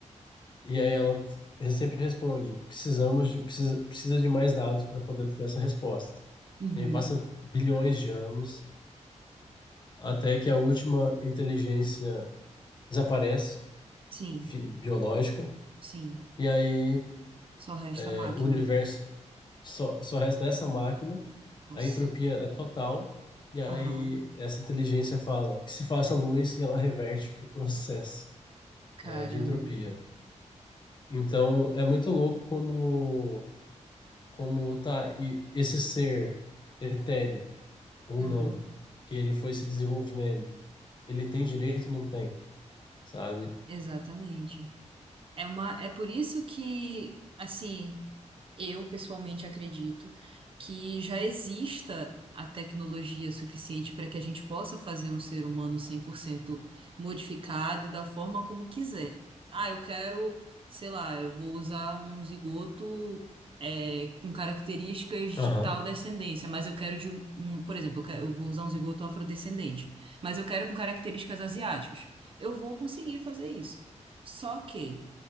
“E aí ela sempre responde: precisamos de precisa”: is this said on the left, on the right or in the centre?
Left